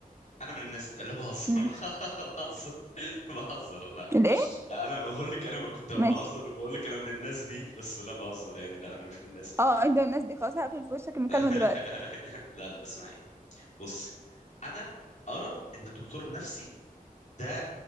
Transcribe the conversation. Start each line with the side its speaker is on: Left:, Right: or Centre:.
Left: انا من الناس دي لا بهزر
Right: مم.
Left: <laughs> بهزر بهزر لا لا
Right: الايه
Left: انا بقول لك انا كنت بهزر
Right: ماشي
Left: وبقول لك انا من الناس دي بس لا بهزر يعني لا انا مش من الناس دي
Right: اه انت من الناس دي خلاص هقفل في وشك المكالمة
Left: <laughs>
Right: دلوقتي
Left: لا لا اسمعيني بصي انا ارى ان الدكتور النفسي ده